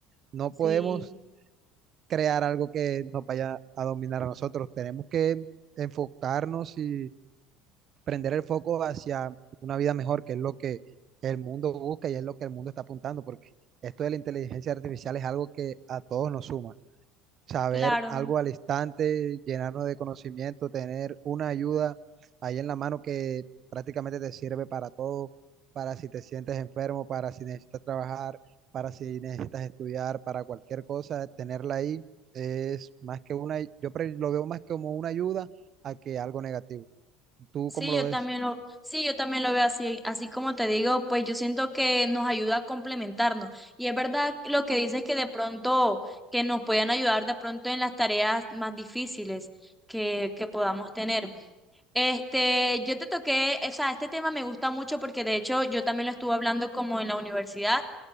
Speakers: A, on the right; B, in the centre.
A: no
B: sí,
A: podemos crear algo que nos vaya a dominar a nosotros. Tenemos que enfocarnos y prender el foco hacia una vida mejor, que es lo que el mundo busca y es lo que el mundo está apuntando, porque esto de la inteligencia artificial es algo que a todos nos suma saber
B: claro.
A: algo al instante, llenarnos de conocimiento, tener una ayuda ahí en la mano que prácticamente te sirve para todo, para si te sientes enfermo, para si necesitas trabajar, para si necesitas estudiar, para cualquier cosa, tenerla ahí es más que una, yo pre- lo veo más como una ayuda a que algo negativo. ¿Tú
B: Sí,
A: cómo lo
B: yo
A: ves?
B: también lo, sí, yo también lo veo así, así como te digo, pues yo siento que nos ayuda a complementarnos. Y es verdad lo que dices que de pronto, que nos pueden ayudar de pronto en las tareas más difíciles que, que podamos tener. Este, yo te toqué, o sea, este tema me gusta mucho porque de hecho yo también lo estuve hablando como en la universidad,